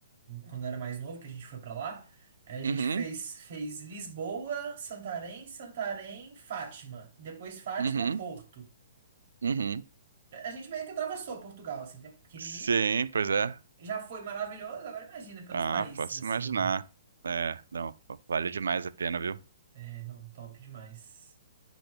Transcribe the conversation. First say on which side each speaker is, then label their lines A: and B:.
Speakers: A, on the right (about 60°); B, on the right (about 85°).
A: quando eu era mais novo, que a gente foi pra lá. Aí A gente
B: Uhum,
A: fez, fez Lisboa, Santarém, Santarém, Fátima. Depois Fátima,
B: uhum,
A: Porto.
B: uhum.
A: A gente meio que atravessou Portugal, assim, que é pequenininho.
B: Sim, pois é.
A: Já foi maravilhoso, agora imagina pelos
B: Ah,
A: países,
B: posso
A: assim,
B: imaginar.
A: né?
B: É, não, vale demais a pena, viu?
A: É, não, top demais.